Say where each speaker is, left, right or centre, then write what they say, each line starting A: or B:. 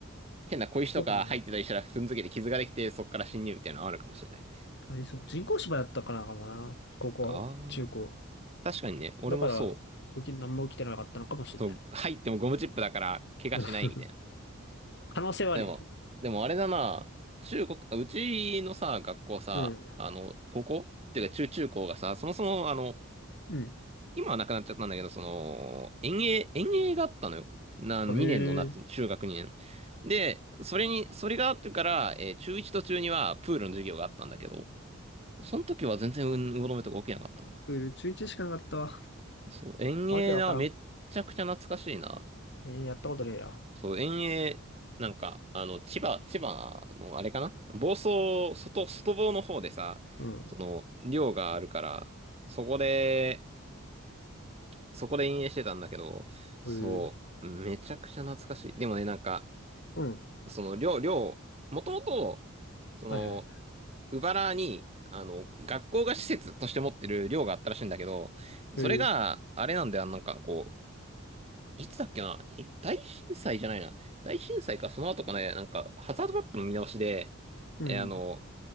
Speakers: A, on the right; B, on the left.
A: 変な小石とか入ってたりしたら踏んづけて傷ができて、
B: どかもね、
A: そっから侵入みたいなのあるかもしれない。
B: ありそう。人工芝だったからかもな。高校、
A: ああ。
B: 中高。
A: 確かにね、俺もそう。
B: だから、起き、何も起きてなかったのかもしれない。
A: そう、入ってもゴムチップだから怪我しないみたいな。
B: うん可能性はあるよね。
A: でも、でもあれだな、中国、あうちのさ、学校さ、
B: うん。
A: あの、高校っていうか中中高がさ、そもそもあの、
B: うん。
A: 今はなくなっちゃったんだけど、その、遠泳、遠泳があったのよ。な、2年の夏に、
B: あ、へえ。
A: 中学2年。で、それに、それがあってから、えー中1と中2はプールの授業があったんだけど、その時は全然運動の目とか起きなかったな。
B: プール中1しかなかったわ。
A: そう、遠泳はめっちゃくちゃ懐かしいな。
B: わけわからん。えー、やったことねえや。
A: そう、遠泳、なんか、あの、千葉、千葉のあれかな房総、外、外房の方でさ、
B: うん。
A: その、寮があるから、そこで、そこで陰影してたんだけど、そう、
B: へえ。
A: めちゃくちゃ懐かしい。でもね、なんか、
B: うん。
A: その寮、寮、もともと、その、
B: はいはい。
A: 鵜原に、あの、学校が施設として持ってる寮があったらしいんだけど、それがあれなんだよ、
B: へえ。
A: なんかこう、いつだっけな、ひ大震災じゃないな。大震災か、その後かね、なんか、ハザードマップの見直しで、
B: うん。
A: えーあの、